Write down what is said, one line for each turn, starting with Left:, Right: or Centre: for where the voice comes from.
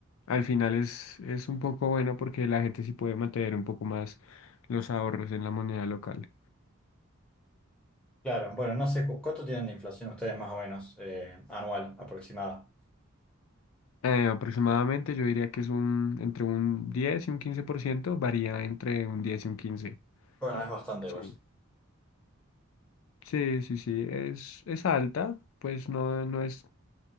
Left: al final es, es un poco bueno porque la gente sí puede mantener un poco más los ahorros en la moneda local.
Centre: Claro, bueno, no sé cu- cuánto tienen de inflación ustedes más o menos eh, anual aproximada.
Left: Eh, aproximadamente yo diría que es un, entre un 10 y un quince por ciento varía entre un 10 y un 15%.
Centre: Bueno, es bastante, pues.
Left: Sí. Sí, sí, sí, es, es alta, pues no, no es